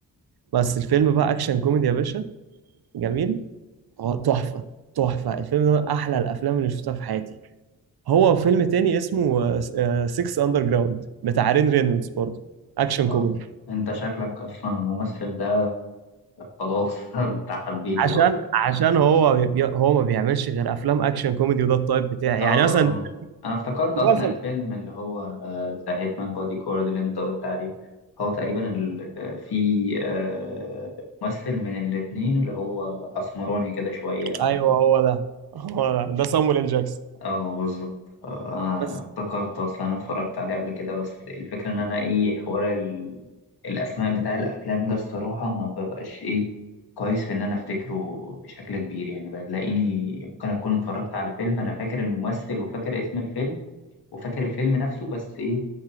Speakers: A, on the right; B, on the left.
A: بس الفيلم بقى اكشن كوميدي يا باشا جميل هو تحفه تحفه الفيلم ده من احلى الافلام اللي شفتها في حياتي هو فيلم تاني اسمه 6 اندر جراوند بتاع رين رينولدز برضه اكشن
B: آه،
A: كوميدي
B: انت شكلك اصلا الممثل ده خلاص <laughs> انت حبيته
A: عشان
B: بقى
A: عشان هو بي... هو ما بيعملش غير افلام اكشن كوميدي وده التايب بتاعي
B: اه
A: يعني مثلا
B: اه انا افتكرت
A: معظم
B: اصلا الفيلم اللي هو ذا هيتمان بودي جارد اللي انت قلت عليه هو تقريبا ال- آه، في آه، ممثل من الاتنين اللي هو اسمراني كده شوية
A: ايوه هو ده هو ده, ده سامويل ال جاكسون
B: اه بالظبط آه، انا
A: بس
B: افتكرت اصلا انا اتفرجت عليه قبل كده بس الفكرة ان انا ايه حوار ال... الاسماء بتاع الافلام ده الصراحة ما ببقاش ايه كويس في ان انا افتكره بشكل كبير يعني بلاقيني ممكن اكون اتفرجت على فيلم انا فاكر الممثل وفاكر اسم الفيلم وفاكر الفيلم نفسه بس ايه